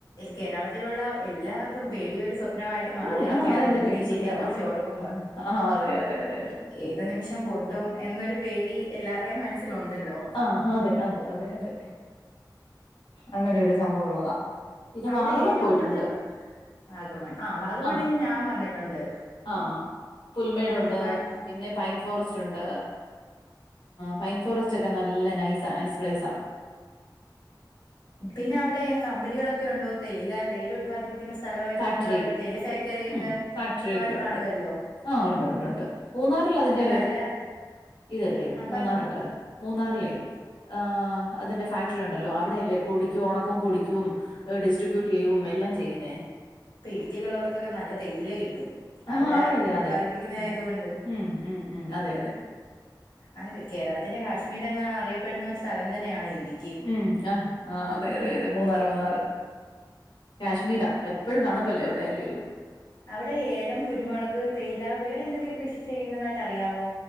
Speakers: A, on the left; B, on the left.
A: കേരളത്തിലുള്ള എല്ലാവർ. ക്കും
B: ഉം
A: പേടി ഒരു സ്വപ്നമായിട്ട് മാറിയിരിക്കുകയാണ്
B: ഉം, ആ അതെ അതെ
A: ഇടുക്കി
B: പേടി സ്വപ്നവാ.
A: ജില്ലയെ കുറിച്ച് ഓർക്കുമ്പോ.
B: ആ ആ അതെ അതെ അതെ അതെ.
A: ഏത് നിമിഷം പൊട്ടും
B: ആ
A: എന്നൊരു പേടി എല്ലാവാരേയും മനസ്സിലുണ്ടല്ലോ.
B: ആഹ് അതെ അതെ അതെ അതെ അങ്ങനെ ഒരു സംഭവംള്ളതാ. പിന്നെ
A: അവിടെ
B: വാഗമൺ
A: ഏറ്റവും
B: പോയിട്ടുണ്ട്.
A: കൂടുതൽ വാഗമൺ ആഹ് വാഗമണിന്
B: ആ
A: ഞാൻ വന്നിട്ടുണ്ട്
B: ആഹ് പുൽമേടുണ്ട്
A: വാഗമൺ.
B: പിന്നെ പൈൻ ഫോറസ്റ്റ് ഉണ്ട്. പൈൻ ഫോറസ്റ്റ് ഒക്കെ നല്ല നൈസ നൈസ് പ്ലേസ.
A: പിന്നെ അവിടെ കമ്പനികളൊക്കെ ഉണ്ടോ? തേയില തേൽ ഉല്പാദിപ്പി. ക്കുന്ന സ്ഥലവായതുകൊണ്ട്
B: ഫാക്ടറി
A: അവിടെ തേയില ഫാക്ടറി
B: ഉം
A: ഒക്കെ
B: ഫാക്ടറി
A: ഒരുപാട്
B: ഒക്കെ ഉണ്ട്
A: കാണുവല്ലോ.
B: ആഹ് ഉണ്ട് ഉണ്ട് ഉണ്ട് മൂന്നാറിൽ അതിന്റെ
A: നല്ല
B: ഇതല്ലേ
A: ആ
B: മൂന്നാറില്.
A: പറഞ്ഞോളൂ
B: മൂന്നാറ്ല്ലേ ആഹ് അതിന്റെ ഫാക്ടറി ഉണ്ടല്ലോ അവിടെയല്ലേ പൊടിക്ക ഉണക്കവും പൊടിക്കും. ഡിസ്ട്രിബ്യൂട്ട് ചെയ്യും എല്ലാം ചെയ്യുന്നേ.
A: പ്പൊ ഇടുക്കലുള്ളവർക്കൊക്കെ നല്ല തേയില കിട്ടും.
B: ആഹ്
A: അവിടെ
B: അതെ അതെ
A: ഉല്പാദിപ്പിക്കുന്നായതൊണ്ട്.
B: അതെ ഉം ഉം ഉം ഉം അതെ അതെ
A: അ ര് കേരളത്തിന്റെ കാശ്മീർ എന്ന് അറിയപ്പെടുന്ന ഒരു സ്ഥലം തന്നെയാണ് ഇടി.
B: ഉംഹ് ആഹ് ആഹ് അതെ അതെ അതെ മൂന്നാറ് മൂന്നാറ്. കാശ്മീരാ എപ്പോഴും തണുപ്പല്ലേ അവിടെ എല്ലേലും.
A: അവിടെ ഏലം, കുരുമുളക്, തേയില വേറെ എന്തൊക്കെ കൃഷി ചെയ്യുന്നതായിട്ട് അറിയാവോ?